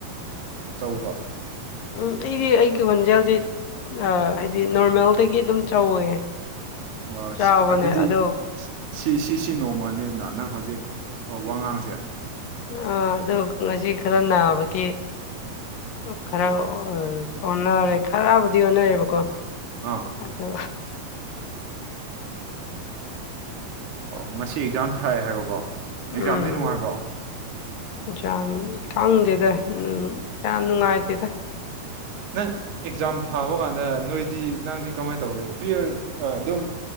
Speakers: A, on the right; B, on the left.
A: ꯑꯧꯕ
B: ꯎꯝ ꯑꯩꯗꯤ ꯑꯩꯒꯤ ꯋꫭꯟꯖꯦꯜꯁꯤ ꯍꯥꯏꯗꯤ ꯅꯣꯔꯃꯦꯜꯗꯒꯤ ꯑꯗꯨꯝ ꯆꯧꯏ
A: ꯑꯣ
B: ꯆꯥꯎꯕꯅꯦ
A: ꯁꯤ ꯑꯗꯨꯗꯤ
B: ꯑꯗꯣ
A: ꯁꯤ ꯁꯤꯁꯤ ꯅꯣꯡꯃꯜꯅꯤꯗꯅ ꯅꯪ ꯍꯧꯖꯤꯛ ꯋꯥꯉꯥꯡꯁꯦ
B: ꯑꯥ ꯑꯗꯨꯣ ꯉꯁꯤ ꯈꯔ ꯅꯥꯕꯒꯤ ꯈꯔ ꯑꯣꯟꯅꯔꯦ ꯈꯔꯕꯨꯗꯤ ꯑꯣꯟꯅꯔꯦꯕꯀꯣ
A: ꯑꯥ
B: ꯑꯗꯣ
A: ꯑꯣ ꯉꯁꯤ ꯑꯦꯛꯖꯥꯝ ꯊꯥꯏ ꯍꯥꯏꯕꯀꯣ
B: ꯎꯝ
A: ꯑꯦꯛꯖꯥꯝꯗꯤ ꯅꯨꯡꯉꯥꯏꯕ꯭ꯔꯣ
B: ꯌꯥꯝ ꯈꯪꯗꯦꯗ ꯌꯥꯝ ꯅꯨꯡꯉꯥꯏꯇꯦꯗ
A: ꯅꯪ ꯑꯦꯛꯖꯥꯝ ꯊꯥꯕ ꯀꯥꯟꯗ ꯅꯣꯏꯗꯤ ꯅꯪꯗꯤ ꯀꯃꯥꯏꯅ ꯇꯧꯒꯦ ꯄꯤꯌꯥꯔ ꯑꯗꯨꯝ